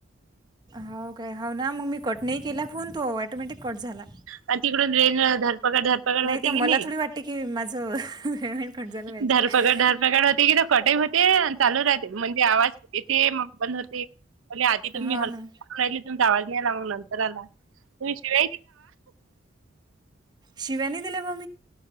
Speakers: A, on the right; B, on the right.
A: हो काय ह ना मग मी कट नाही केला फोन तो ऑटोमॅटिक कट झाला.
B: आणि तिकडून रेंज धरपकड धरपकड होती
A: तर मला
B: की नाही
A: थोडी वाटते की माझं पेमेंट कट झालं पाहिजे
B: धरपकड धरपकड होते कि कट ही होते चालू राहते म्हणजे आवाज येते मग बंद होते आधी तुम्ही
A: हो
B: हॅलो
A: ना
B: आवाज नाही आला मगं नंतर आला तुम्ही शिवा
A: शिव्या नाही दिल्या मग?